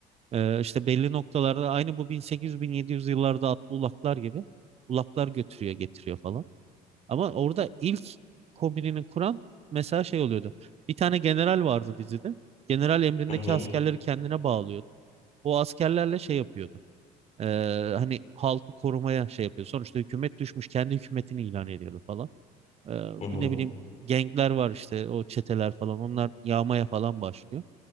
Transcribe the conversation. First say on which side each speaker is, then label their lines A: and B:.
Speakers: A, on the right; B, on the left.
A: E, işte belli noktalarda aynı bu 1800-1700 yıllarda atlı ulaklar gibi ulaklar götürüyor getiriyor falan. Ama orada ilk kombinini kuran mesela şey oluyordu. Bir tane general vardı dizide. General emrindeki
B: Hı hı,
A: askerleri kendine bağlıyordu. O askerlerle şey yapıyordu. Ee, hani halkı korumaya şey yapıyor. Sonuçta hükümet düşmüş, kendi hükümetini ilan ediyordu falan. Ee,
B: hı hı.
A: ne bileyim gengler var işte o çeteler falan. Onlar yağmaya falan başlıyor.